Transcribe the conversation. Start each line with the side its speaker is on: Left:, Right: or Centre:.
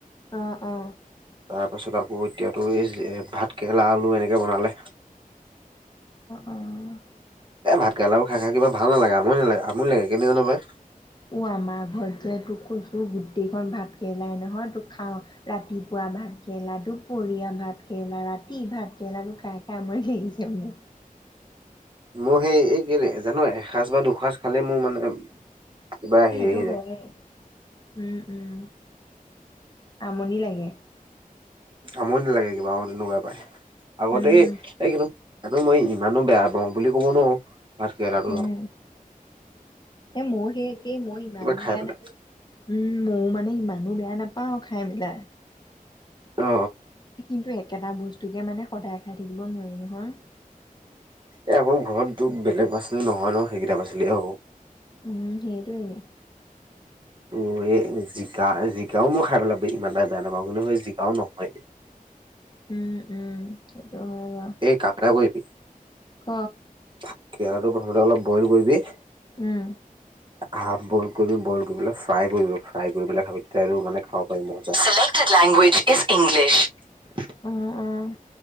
Left: অ' অ'।
Right: তাৰ পাছত আকৌ এতিয়া তোৰ, এই ভাত কেৰেলা, আলু এনেকে বনালে।
Left: অ'।
Right: এ ভাত কেৰেলাবোৰ খাই খাই কিবা ভাল নালাগে, আমনি নালাগে-আমনি লাগে, কেলে জানো পায়।
Left: ও আমাৰ ঘৰত যে তোক কৈছো গোটেইখন ভাত কেৰেলাই নহয়, তোক খাওঁ, ৰাতিপুৱা ভাত কেৰেলা, দুপ পৰীয়া ভাত কেৰেলা, ৰাতি ভাত কেৰেলা, তোৰ খাই খাই আমনি লাগিছে মোৰ।
Right: মোৰো সেই এই-কেলে জানো, এসাঁজ বা দুসাঁজ খালেই মোৰ মানে কিবা
Left: সেইটো
Right: হেৰি আহি যায়
Left: হয়য়ে। উম উম, আমনি লাগে।
Right: আমনি লাগে কিবা, অ' তেনেকুৱা পাই, আগতে
Left: উম
Right: এই এই কিবা সেইটো মই ইমানো বেয়া পাওঁ বুলি ক'ব নোৱাৰো, ভাত কেৰেলাটো
Left: উম
Right: ধৰ
Left: এ মইও সেই একেই, মই ইমানো
Right: খাই
Left: বেয়া
Right: পেলাই
Left: না, উম, মইও মানে ইমান নো বেয়া নাপাও খাই পেলাই।
Right: অ
Left: কিন্তু একেটা বস্তুকে মানে সদায় খাই থাকিব নোৱাৰি নহয়।
Right: এ আকৌ ঘৰত তোৰ বেলেগ পাচলি নহয় ন, সেইকেইটা পাচলিহে হ'ব।
Left: উম, সেইটোৱেই।
Right: তো এই জিকা-জিকাও মই খাই পেলাই ইমান এটা বেয়া নাপাওঁ, কিন্তু সেই জিকাও নহয়।
Left: উম উম। হয় বাৰু
Right: এই কাম এটা কৰিবি,
Left: ক
Right: ভাত কেৰেলাটো প্ৰথমতে অলপ বইল কৰিবি
Left: উম।
Right: হাফ বইল কৰিবি, বইল কৰি পেলাই ফ্ৰাই কৰিবি ফ্ৰাই কৰি পেলাই খাবি, তেতিয়া এইটো মানে খাব পাৰি মজা। Language is English.
Left: অ' অ',